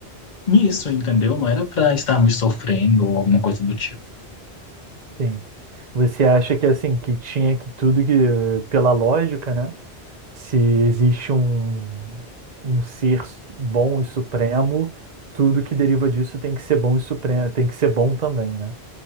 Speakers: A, on the left; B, on the right.
A: nisso, entendeu? Não era para estarmos sofrendo ou alguma coisa do tipo.
B: Sim. Você acha que assim, que tinha que tudo que, eh, pela lógica, né? Se existe um, um ser s- bom e supremo, tudo que deriva disso tem que ser bom e supremo, tem que ser bom também, né?